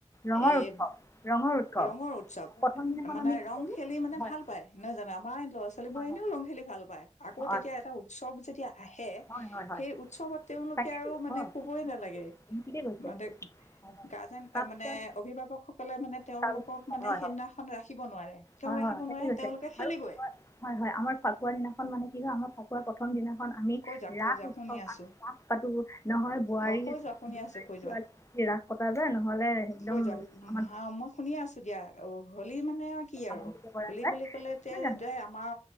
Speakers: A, on the left; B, on the left.
A: ৰঙৰ
B: এই
A: উৎসৱ ৰঙৰ উৎসৱ
B: ৰঙৰ উৎসৱ
A: প্ৰথম দিনাখন
B: মানে
A: আমি কি
B: ৰং
A: কৰোঁ
B: খেলি মানে
A: হয়
B: ভাল পাই নহয় জানো আমাৰ ল'ৰা ছোৱালী
A: হয়
B: বোৰে এনেও
A: হয়
B: ৰং খেলি ভাল পায় আকৌ
A: হয়
B: তেতিয়া এটা উৎসৱ যেতিয়া আহে
A: হয় হয় হয়
B: সেই উৎসৱত তেওঁলোকে
A: তাকেতো
B: আৰু মানে
A: হয়
B: কবই নালাগে
A: আপুনি ঠিকেই কৈছে
B: মানে
A: হয়, হয়।
B: গাৰ্জেন
A: তাৰপিছত
B: মানে অভিভাৱকসকলে মানে তেওঁলোকক
A: তাৰপিছত হয়
B: মানে
A: হয়
B: সেইদিনাখন
A: হয়
B: ৰাখিব নোৱাৰে কিয়
A: হয়
B: ৰাখিব
A: হয় হয় থাকৈ
B: নোৱাৰে তেওঁলোকে খেলিবই
A: আৰু হয় হয় আমাৰ ফাকুৱা দিনাখন মানে কি হয় আমাৰ ফাকুৱা কথা কম দিনাখন আমি
B: কৈ যোৱা কৈ
A: ৰাস
B: যা
A: উৎসৱ
B: শুনি আছো
A: আমি ৰাস পাতোঁ নহয় বোৱাৰী
B: অ কৈ যোৱা শুনি
A: বোৱাৰী
B: আছো কৈ
A: ছোৱালী
B: যোৱা
A: ৰাস পতা যায় নহ'লে একদম
B: কৈ যোৱা
A: আমাৰ
B: মই শুনি আছো দিয়া অ হোলী মানে আৰু কি আৰু
A: আমন্ত্ৰিত কৰা
B: হলী
A: যায়
B: বুলি ক'লে
A: নহয়
B: যে
A: জানো
B: যে আমাৰ